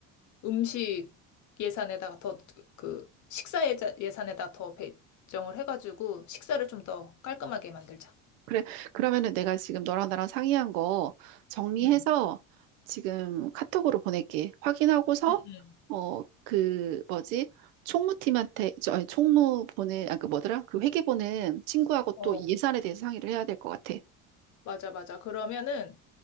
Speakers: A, on the left (about 50°); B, on the right (about 80°).
A: 음식 예산에다가 더 그 식사 예자- 예산에다가 더 배정을 해가지고 식사를 좀 더 깔끔하게 만들자.
B: 그래. 그러면은 내가 지금 너랑 나랑 상의한 거 정리해서
A: 응.
B: 지금 카톡으로 보낼게. 확인하고서
A: 응, 응.
B: 어, 그 뭐지? 총무팀한테 저 아니, 총무 보내 아 그 뭐더라? 그 회계 보는 친구하고
A: 어,
B: 또이 예산에 대해서 상의를 해야 될 것 같아.
A: 맞아, 맞아. 그러면은